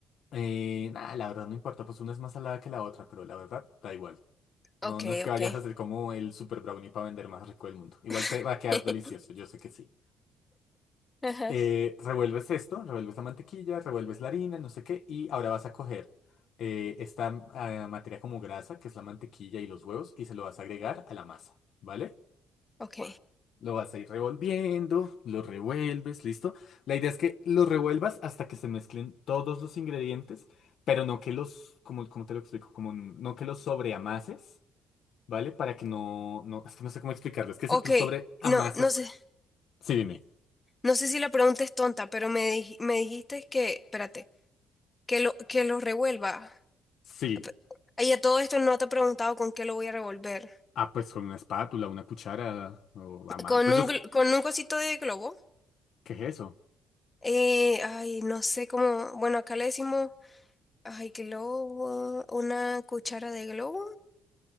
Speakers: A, on the left; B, on the left.
A: Eh, nada, la verdad no importa, pues una es más salada que la otra, pero la verdad da igual.
B: Ok,
A: No, no es que
B: ok.
A: vayas a hacer como el super brownie para vender más rico del mundo. Igual
B: <laughs>
A: te va a quedar delicioso, yo sé que sí.
B: Ajá,
A: eh, revuelves esto, revuelves la mantequilla, revuelves la harina, no sé qué, y ahora vas a coger eh, esta ah, materia como grasa, que es la mantequilla y los huevos, y se lo vas a agregar a la masa, ¿vale?
B: ok.
A: Lo vas a ir revolviendo, lo revuelves, listo. La idea es que lo revuelvas hasta que se mezclen todos los ingredientes, pero no que los, como, como te lo explico, como n- no que los sobreamases, ¿vale? Para que no, no, es que no sé cómo explicarlo, es que si
B: Ok,
A: tú sobreamasas,
B: no, no sé,
A: sí, dime,
B: no sé si la pregunta es tonta, pero me, dij- me dijiste que, espérate, que lo, que lo revuelva.
A: sí.
B: Pe- Y a todo esto no te he preguntado con qué lo voy a revolver.
A: Ah, pues con una espátula, una cuchara o a mano.
B: Con
A: Pues
B: un,
A: yo... s-
B: gl- con un cosito de globo.
A: ¿Qué es eso?
B: Eh, ay, no sé cómo, bueno, acá le decimos, ay, globo, una cuchara de globo.